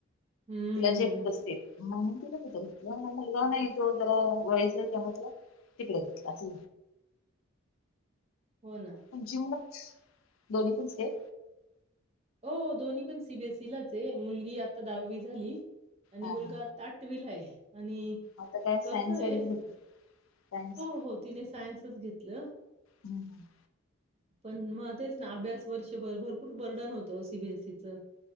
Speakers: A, on the right; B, on the left.
A: हं.
B: तुला जेपतस ते तिथच होतं म म मुलगा नाही तो जरा वयचा आहे त्यामुळे त्याला तिकडेच घातला असं
A: हो ना.
B: उंची म मग दोन्ही पण सेम
A: हो दोन्ही पण सी बी एस सी लाच आहे मुलगी आता दहावी झाली आणि
B: हा
A: मुलगा
B: हा
A: आटवी ला आहे. आणि
B: आता काय
A: करतोय
B: सायन्स साईडच घेतली सायन्स
A: हो हो तिने सायन्स तच घेतलं.
B: हम्म
A: पण मग तेच ना अभ्यास वर्षभर भरपूर बर्डन होतं सीबीएसईचं